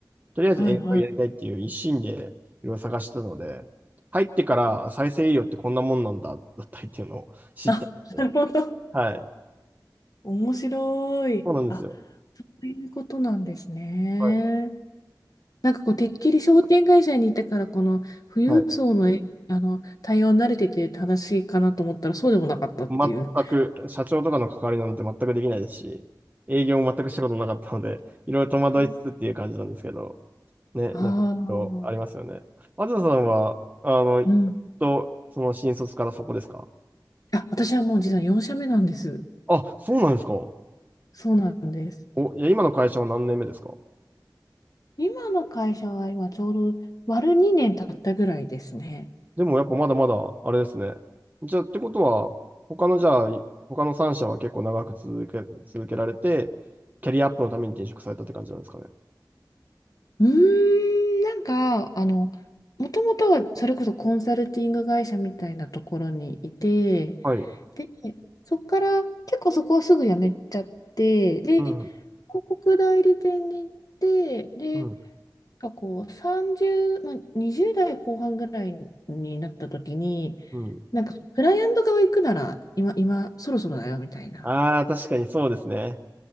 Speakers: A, on the right; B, on the left.
A: とりあえず英語やりたいっていう一心でい
B: はいはい。
A: ろいろ探してたので、入ってから再生医療ってこんなもんなんだ、だったりっていうのを知ったりして。
B: <laughs> なるほど。
A: はい。
B: 面白い。
A: そうなんですよ。
B: あ、そういうことなんですね。
A: はい。
B: なんかこう、てっきり商店会社にいたから、この富裕層の、
A: はい。
B: えあの対応に慣れてて正しいかなと思ったら、そうでもなかったっていう。
A: 全く、社長とかの関わりなんて全くできないですし、営業も全くしたことなかったので、いろいろ戸惑いつつっていう感じなんですけど、ね、
B: ああ、
A: なんか、ありますよね。あずささんは、あの、
B: うん。
A: と、その新卒からそこですか
B: あ、私はもう実は4社目なんです。
A: あ、そうなんですか。
B: そうなんです。
A: お、いや、今の会社は何年目ですか
B: 今の会社は今ちょうど割る2年経ったぐらいですね。
A: でもやっぱまだまだあれですね。じゃあってことは、他のじゃあ、他の3社は結構長く続け、続けられて、キャリアアップのために転職されたって感じなんですかね。
B: うーん、なんか、あの、もともとはそれこそコンサルティング会社みたいなところにいて、
A: はい。
B: で、そこから結構そこをすぐ辞めちゃって、で、
A: うん、
B: 広告代理店に行って、で、
A: うん、
B: なんかこう30、まあ、20代後半ぐらいになった時に、
A: うん。
B: なんかクライアント側行くなら今、今そろそろだよみたいな。
A: ああ、確かにそうですね。